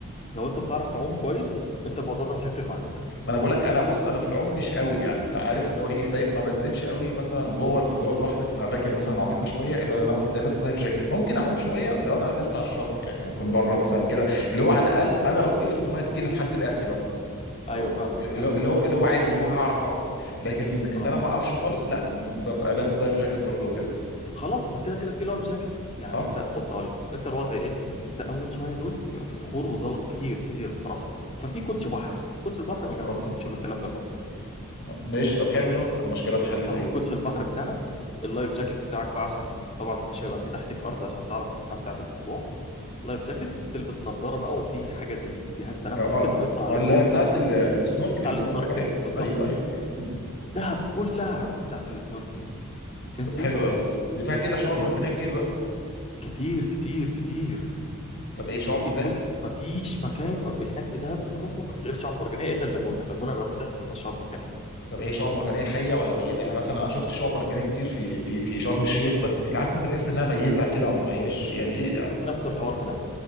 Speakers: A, on the left (about 30°); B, on the left (about 50°).
A: لو انت بتعرف تعوم كويس انت الموضوع ده مش هيفرق معاك
B: ما انا بقول لك انا بص انا في العوم مش قوي يعني انت عارف اللي هو ايه دايما ما بنزلش قوي مثلا جوه ال- جوه البحر في اماكن مثلا عميقه شويه الا لو لابس لايف جاكيت ممكن اعوم شويه لو انا لسه على الشط يعني ممكن بره مثلا كده اللي هو على الاقل انا لو وقفت الميه تجيلي لحد رقبتي مثلا
A: ايوه
B: او
A: فاهمك
B: اللي
A: فاهم
B: هو اللي هو اللي هو عادي اللي هو هعرف اقف لكن ان
A: اه
B: انا ما اقفش خالص لا م- ببقى لابس لايف جاكيت برضو وكده
A: خلاص ما هو كده كده في لايف جاكيت يعني
B: اه
A: انت بص هقول لك انت الوضع ايه ان انت اول شويه دول بيبقى في صخور وزلط كتير كتير بصراحه ففي كوتش بحر كوتش البحر ما بيحسسكش
B: آه،
A: بالكلام ده كله
B: ماشي طب حلو ده المشكله اتحلت
A: تاخد
B: اهي
A: كوتش البحر بتاعك اللايف جاكيت بتاعك بقى عشان طبعا مش هيبقى في تحتيك ارض عشان تعرف تستمتع بالموضوع لايف جاكيت
B: مم.
A: بتلبس نظاره بقى وفي حاجه زي جهاز تنفس
B: اه
A: كده بيطلع لفوق
B: اه اللي هي بتاعت ال- السنوركلينج
A: بتاع السنوركلينج
B: دي قصدك عليها
A: بالظبط
B: ايوه ايوه مم.
A: دهب كلها بتاعت السنوركلينج دي تنزل
B: طب حلو قوي دي فيها كده شعاب
A: ت-
B: مرجانيه كتير بقى
A: كتير كتير كتير
B: طب ايه شعاب
A: كتير
B: مرجانيه
A: بص ما فيش مكان م- هناك في دهب بتروحه من غير شعاب مرجانيه الا اللاجونه اللاجونه الوحيده اللي ما فيهاش شعاب مرجانيه
B: طب هي شعاب مرجانيه حيه ولا ميته يعني مثلا انا شفت شعاب مرجانيه كتير في في في شرم الشيخ بس اللي عارف انت تحس انها ميته كده وما هياش يعني ايه
A: نفس الحوار في دهب